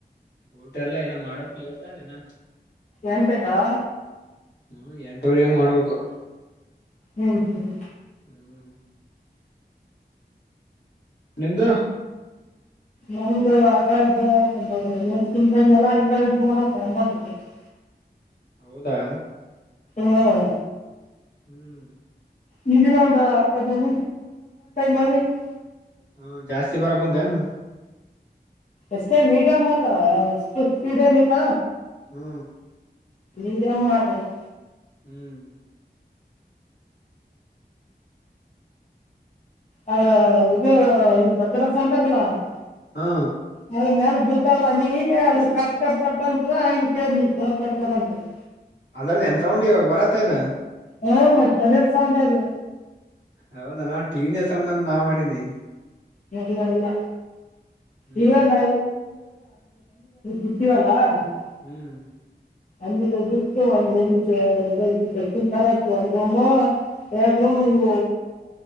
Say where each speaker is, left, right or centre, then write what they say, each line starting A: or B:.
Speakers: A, on the left (about 75°); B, on the left (about 45°).
A: ಊಟ ಎಲ್ಲ ಏನ ಮಾಡೋಕ್ ಲೇಟ್ ಅದ ಇನ್ನ.
B: ಎಂತಕ್ಕಾ.
A: ಹ್ಮ ಎಂಟುವರೆ ಹಂಗ ಮಾಡಬೇಕು.
B: ಹ್ಮ್ ಹ್ಮ್ ಹ್ಮ್.
A: ಹ್ಮ್. ನಿಂದು.
B: ನಮ್ದು ಅ ಇವೆಲ ಹಿಂದಾಗಡೆ ಉಣ್ಣಕತೆ. <unintelligible>
A: ಹೌದಾ.
B: ಹ್ಮ್.
A: ಹ್ಮ್.
B: ನಿನಗ ಒಂದು ಹತ್ತು ಹದ್ನೈದ್ ನಿಮ್ಷ ಐತ್. <unintelligible>
A: ಹೂ ಜಾಸ್ತಿ ಬರಕುಂತೆನು.
B: ಅಷ್ಟೇ ಮೀಡಿಯಂ ಅದ ಅಷ್ಟು ಸ್ಪೀಡ್ ಏನಿಲ್ಲ.
A: ಹೂ.
B: ಮೀಡಿಯಂ. <unintelligible>
A: ಹ್ಮ್.
B: ಅದ ಇದು ಈ ಪತ್ರ. <unintelligible>
A: ಹಾ.
B: ಮನಿ ಮ್ಯಾಲೆ ಬೀಳ್ತಲ್ವಾಲ್ಲ ಹನಿ ತಪ್ಪ ಅಂತ ಹಂಗ ಕೇಳ ಕರ್ ಕರ್ ಅಂತ. <inaudible>
A: ಅದ್ರದ ಎನ್ ಸೌಂಡು ಇವಾಗ ಬರಾತ್ತದ.
B: ಹೌದ್ ಮತ್ತೆ ಅದರ ಸೌಂಡ್ ಅದು.
A: ಹೌದ ಏನ ಟಿವಿನೇ ಸೌಂಡ್ ಅಂತ ನಾ ಮಾಡೀನಿ.
B: ಇಲ್ಲ ಇಲ್ಲ
A: ಹ್ಮ್
B: ಇವೇ ನವ. <unintelligible>
A: ಹ್ಮ್.
B: ಅಂಗ್ಡಿಗ್ ಹೋಗಿತ್ತು ಒಂದ್ ರೂಮ್ ಇತ್ತು ಬೆಕ್ಕಿನ ತರ ಇತ್ತು ಒಂದ್ ರೂಮ. ಎರ್ಡ್ ರೂಮ ಇವು